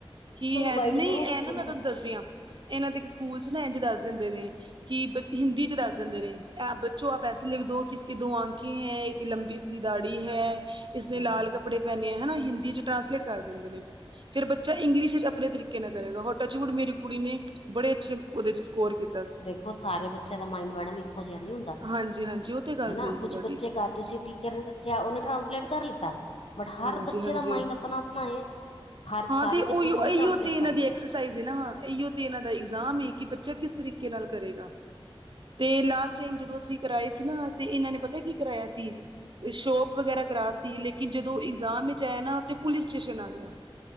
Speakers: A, on the right; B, on the left.
A: ਹੀ ਹੈਜ
B: ਗਾਈਡ
A: ਨੀ
B: ਕਰੋ
A: ਐ
B: ਬੱਚੇ
A: ਨਾ ਮੈਂ
B: ਨੂੰ
A: ਤੁਆਨ
B: ਪਹਿਲੇ
A: ਦੱਸਦੀ ਆ ਐਨਾਂ ਦੇ ਇੱਕ ਸਕੂਲ ਚ ਨਾ ਐਂਜ ਦੱਸ ਦਿੰਦੇ ਨੇ ਕਿ ਬ ਹਿੰਦੀ ਚ ਦੱਸ ਦਿੰਦੇ ਨੇ ਐ ਬੱਚੋ ਆਪ ਐਸੇ ਲਿਖ ਦੋ ਕਿ ਇਸਕੀ ਦੋ ਆਂਖੇ ਐ, ਇੱਕ ਲੰਬੀ ਦੀ ਦਾੜੀ ਹੈ, ਇਸਨੇ
B: ਹੂੰ
A: ਲਾਲ
B: ਹੂੰ।
A: ਕੱਪੜੇ ਪਹਿਨੇ ਹੈ ਹਨਾ ਹਿੰਦੀ ਚ ਟ੍ਰਾਂਸਲੇਟ ਕਰ ਦਿੰਦੇ ਨੇ ਫੇਰ ਬੱਚਾ ਇੰਗਲਿਸ਼ ਇਚ ਅਪਣੇ ਤਰੀਕੇ ਨਾਲ ਕਰੇਗਾ ਹੋਰ ਟੱਚਵੁਡ ਮੇਰੀ ਕੁੜੀ ਨੇ ਬੜੇ ਅੱਛੇ ਉਦੇ ਚ ਸਕੋਰ ਕੀਤ
B: ਦੇਖੋ ਸਾਰੇ ਬੱਚਿਆਂ ਦਾ ਮਾਇੰਡ ਮੈਡਮ ਇੱਕੋ ਜਿਆ ਨੀ ਹੁੰਦਾ,
A: ਹਾਂਜੀ ਹਾਂਜੀ ਉਹ ਤੇ ਗੱਲ
B: ਹਨਾ
A: ਸਹੀ
B: ਕੁਛ
A: ਹੈ ਤੁਹਾਡੀ
B: ਬੱਚੇ ਕਰ ਤੁਸੀਂ ਟੀਚਰ ਨੇ ਦੱਸਿਆ ਓਨੇ ਟਰਾਂਸਲੇਟ ਕਰ ਲਿੱਤਾ ਬਟ ਹਰ
A: ਹਾਂਜੀ
B: ਬੱਚੇ
A: ਹਾਂਜੀ
B: ਦਾ ਮਾਇੰਡ ਅਪਣਾ-ਅਪਣਾ ਏ, ਹਰ
A: ਹਾਂ
B: ਸਾਰੇ
A: ਤੇ
B: ਬੱਚੇ
A: ਉਹੀਓ
B: ਥੋੜ੍ਹੀ
A: ਇਹੀਓ
B: ਟ੍ਰਾਂਸਲੇਟ
A: ਤੇ ਇਹਨਾਂ
B: ਕਰ
A: ਦੀ ਐਕਸਰਸਾਈਜ਼ ਏ ਨਾ, ਐਈਓ ਤੇ ਐਨਾ ਦਾ ਇਗਜ਼ਾਮ ਏ ਕਿ ਬੱਚਾ ਕਿਸ ਤਰੀਕੇ ਨਾਲ ਕਰੇਗਾ। ਤੇ ਲਾਸਟ ਟਾਈਮ ਜਦੋਂ ਅਸੀਂ ਕਰਾਏ ਸੀ ਨਾ ਤੇ ਇਨਾਂ ਨੇ ਪਤਾ ਕੀ ਕਰਾਇਆ ਸੀ ਸ਼ੋਪ ਵਗੈਰਾ ਕਰਾਤੀ ਏ ਲੇਕਿਨ ਜਦੋਂ ਇਗਜ਼ਾਮ ਇਚ ਆਇਆ ਨਾ ਉਥੇ ਪੁਲਿਸ ਸਟੇਸ਼ਨ ਆ ਗਿਆ